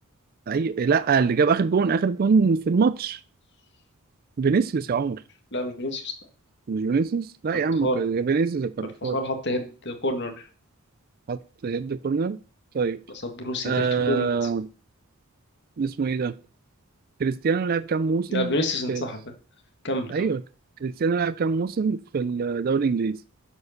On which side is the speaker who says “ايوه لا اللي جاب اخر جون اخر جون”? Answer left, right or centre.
Right